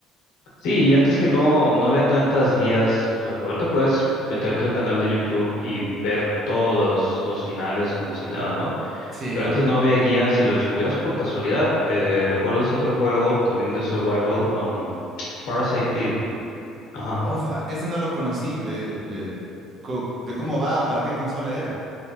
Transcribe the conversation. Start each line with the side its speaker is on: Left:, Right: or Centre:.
Left: Sí, y antes que no, no había tantas guías. O sea, ahorita puedes meterte en un canal de YouTube y ver todos los finales como si nada, ¿no?
Right: Sí,
Left: Pero antes no había guías y lo descubrías por casualidad. Eh, recuerdo ese otro juego también de survival, um, <tsk> Parasite Eve. Ajá.
Right: Ofa, ese no lo conocí de, eh, co- de cómo va, para qué consola era.